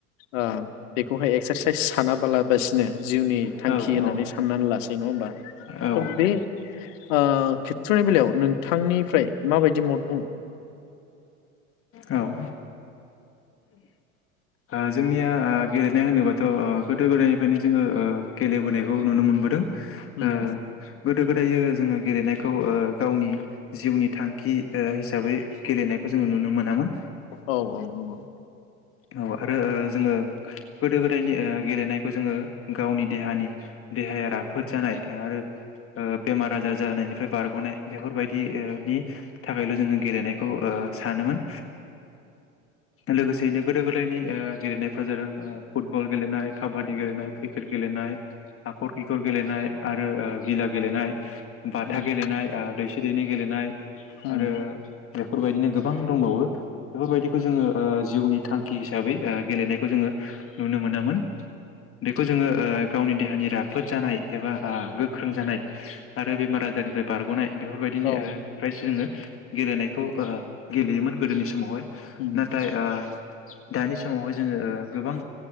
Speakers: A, on the left (about 60°); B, on the left (about 30°).
A: ओ बेखौहाय एक्सारसाइस सानााबालाबासिनो जिउनि थांखि
B: औ औ
A: होननानै साननानै लासै नङा होमबा
B: औ
A: थ बे ओ खेथ्रनि बेलायाव नों थांनिफ्राय माबायदि मद
B: औ ओ आ जोंनिया आ गेलेनाय होनोबाथ गोदो गोदायनिफ्रायनो जोङो गेलेबोनायखौ नुनो मोनबोदों
A: उम
B: ओ गोदो गोदायो जोङो गेलेनायखौ ओ गावनि जिउनि थांखि ओ हिस हिसाबै गेलेनायखौ जोङो नुनो मोनो नामा
A: औ औ औ औ
B: औ आरो ओ जोङो गोदो गोदायनि गेलेनायखौ जोङो गावनि देहानि देहाया राफोद जानाय आरो बेमार आजार जानायनिफ्राय बारग'नाय बेफोरबायदिनि थाखायल' जोङो गेलेनायखौ सानोमोन लोगोसेयैनो गोदो गोदायनि ओगेलेनायफ्रा जादों फुटबल गेलेनाय काबादि गेलेनाय क्रिकेट गेलेनाय हाखर खिखर गेलेनाय आरो गिला गेलेनाय बाथा
A: उम
B: गेलेनाय ओ दैसे दैनि गेलेनाय नाय।
A: उम
B: आरो। बेफोरबायदिनो गोबां दंबावो बेफोरबायदिखौ जोङो ओ जिउनि थांखि। हिसाबै ओ गेलेनायखौ जोङो नुनो मोनामोन बेखौ जोङो गावनि देहानि राफोद जानाय एबा गोख्रों जानाय आरो बेमार आजारनिफ्राय बारग'नाय। बेफोरबायदिनो
A: औ
B: ओ प्राइस जोङो गेलेनायखौ ओ गेलेयोमोन गोदोनि समावहाय।
A: उम उम
B: नथाय आ। बेसमावहाय जोङो ओ गोबां